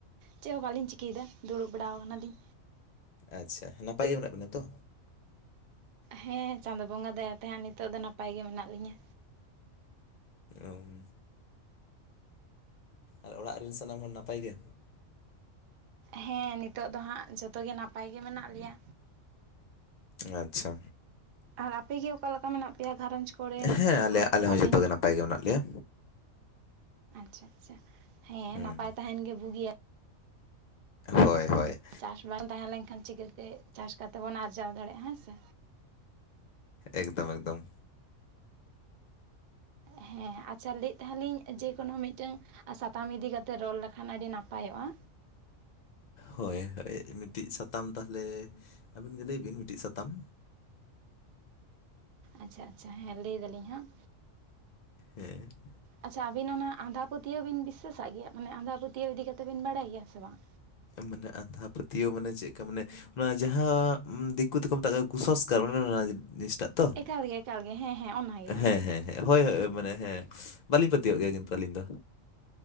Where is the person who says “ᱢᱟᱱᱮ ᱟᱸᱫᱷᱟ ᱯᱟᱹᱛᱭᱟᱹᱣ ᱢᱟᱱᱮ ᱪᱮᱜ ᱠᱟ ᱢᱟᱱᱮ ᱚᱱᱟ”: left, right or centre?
Left